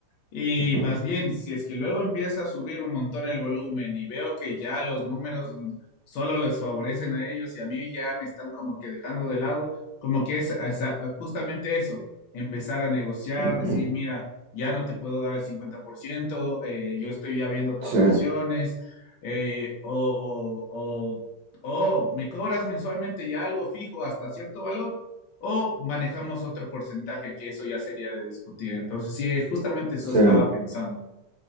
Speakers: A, on the left; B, on the right.
A: y
B: Ujú,
A: más bien, si es que luego empieza a subir un montón el volumen y veo que ya los números solo les favorecen a ellos y a mí ya me están como que dejando de lado, como que es, es justamente eso, empezar a negociar,
B: ujú.
A: decir, mira, ya no te puedo dar el 50%, eh, yo estoy ya viendo otras
B: Sí,
A: opciones, eh, o, o, o o me cobras mensualmente ya algo fijo hasta cierto valor o manejamos otro porcentaje que eso ya sería de discutir. Entonces, sí, eh, justamente eso
B: sí,
A: estaba pensando.